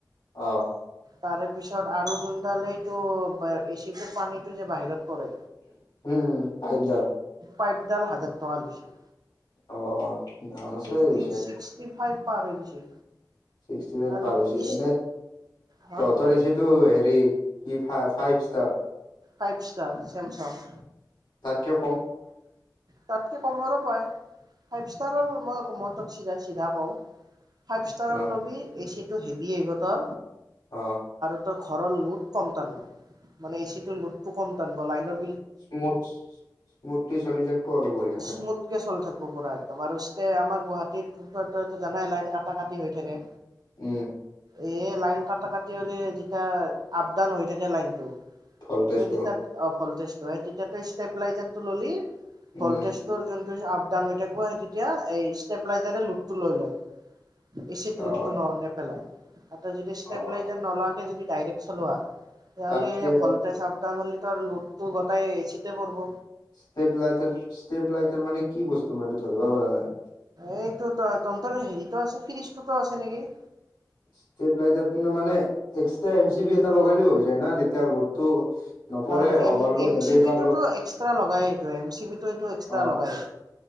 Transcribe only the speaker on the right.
তাৰে পিছত আৰু গুোনডালেইটো বা এচি টোৰ পানীটো যে বাহিৰত পৰে
পাইপডাল হাজাৰ টকা লৈছে।
ছিক্সটি
ছিক্সটি ফাইভ পাৰ হৈ গৈছে।
আৰু
ইষ্ট
হা
ফাইভ ষ্টাৰ চেমচাং।
তাতকে কমৰো পায়, ফাইভ ষ্টাৰৰ মই কমতক চিধা চিধা পাও। ফাইভ ষ্টাৰৰ
লবি এ চি টো হেভি আহিব ত
ঘৰৰ লোত কম তাৰ, মানে এ চি টো লোতটো কম তানবো লাইন
স্মুথকে চলি থাকিব পুৰা একদম আৰু আমাৰ গুৱাহাটী জানাই লাইন কটা কাটি হৈ থাকে।
এ লাইন কটা কাটি হ'লে যেতিয়া আপ ডাউন হৈ থাকে লাইনটো
এইগিতাত অ ভল্টেজ তই তেতিয়া তই ষ্টেবিলাইজাৰ টো ললি
কলটেশটোৰ জুন আপডাউন হৈ থাকিব সেই তেতিয়া এই ষ্টেপলাইজাৰে লোডটো লৈ লয়। এ চিত
লুটটো ন নেপেলাই। <unintelligible> তই যদি ষ্টেবিলাইজাৰ
নলোৱাকে যদি ডাইৰেক্ট চলোৱা তেতিয়াহ'লে
ভল্টেজ আপ ডাউন হ'লে লোটটো গোটাই এ চি তে পৰব।
এইটো তন্তৰ হেৰিতো আছে ফিৰিজ টোটো আছে নেকি।
নহয় নহ এম
এম
চি বি
টোতো
এক্সট্ৰা লগায়ে এইটো এম চি বি টো এক্সট্ৰা
লগায়ে